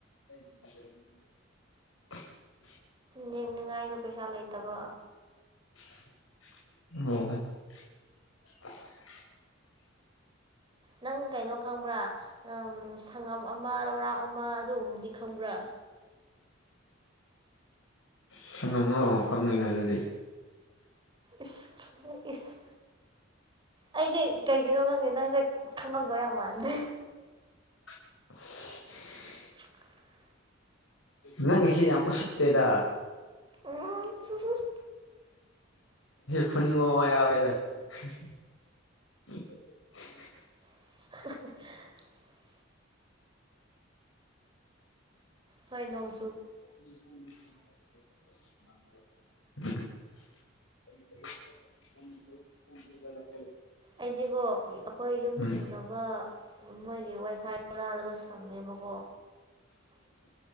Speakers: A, on the left (about 85°); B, on the right (about 25°).
A: <unintelligible>
B: ꯌꯦꯦꯛꯅꯤꯡꯉꯥꯏꯁꯨ ꯄꯩꯁꯥ ꯂꯩꯇꯕ
A: ꯑꯣ
B: ꯅꯪ ꯀꯩꯅꯣ ꯈꯪꯕ꯭ꯔꯥ ꯊꯪꯉꯝ ꯑꯃ ꯂꯧꯔꯥꯛ ꯑꯃ ꯑꯗꯨꯒꯨꯝꯕꯗꯤ ꯈꯪꯕ꯭ꯔꯥ
A: ꯁꯪꯉꯃꯣ ꯐꯪꯉꯉ ꯑꯗꯨꯗꯤ
B: ꯏꯁ ꯏꯁ ꯑꯩꯁꯦ ꯀꯩꯒꯤꯅꯣ ꯈꯪꯗꯦ ꯅꯪꯁꯦ ꯈꯪꯉꯝꯗꯣꯏ ꯌꯥꯝ ꯃꯥꯟꯗꯦ
A: <unintelligible>
B: <unintelligible>
A: ꯅꯪ ꯁꯤ ꯌꯥ ꯑꯣꯁꯤꯇꯦꯗ
B: ꯑ ꯁꯁꯁ
A: ꯐꯅꯤ ꯋꯥ ꯃꯦꯗ <unintelligible>
B: <inaudible> ꯍ ꯅꯣ
A: ꯪ <unintelligible>
B: ꯑꯩꯗꯤꯒꯣ ꯑꯩꯈꯣꯏ ꯌꯨꯝ
A: ꯎꯝ
B: ꯊꯪꯅꯕ ꯃꯣꯏꯒꯤ ꯋꯥꯏꯐꯥꯏꯔꯥꯔꯒ ꯁꯝꯃꯦꯕ ꯀꯧꯕꯣ